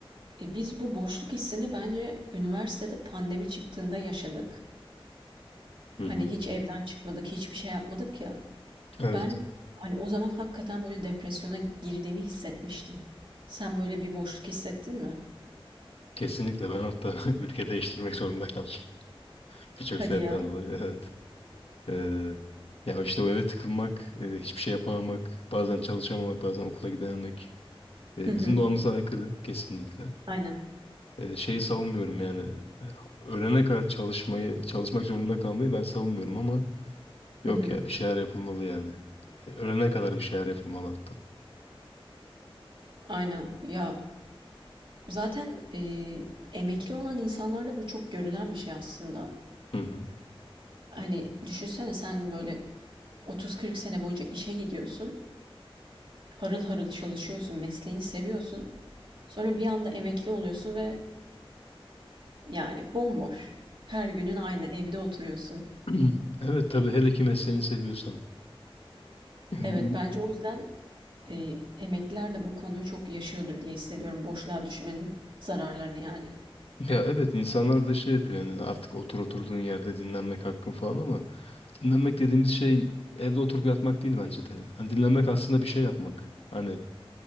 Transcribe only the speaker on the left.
Hı
hı.
Evet.
Kesinlikle ben hatta <laughs> ülke değiştirmek zorunda kaldım. <laughs> Birçok
sebepten
dolayı evet. Ee, ya işte o eve tıkılmak, e, hiçbir şey yapamamak, bazen çalışamamak, bazen okula gidememek e,
bizim doğamıza aykırı kesinlikle.
E, şeyi savunmuyorum yani e, ölene kadar çalışmayı, çalışmak zorunda kalmayı ben savunmuyorum ama yok
ya bir şeyler yapılmalı yani. E, ölene kadar bir şeyler yapılmalı hatta.
Hı hı.
<clears throat> Evet tabii
hele ki mesleğini seviyorsan. <clears throat>
<laughs>
Ya evet insanlar bir de şey yapıyor yani artık otur oturduğun yerde dinlenmek hakkın falan ama dinlenmek dediğimiz şey evde oturup yatmak değil bence de. Hani dinlenmek aslında bir şey yapmak. Hani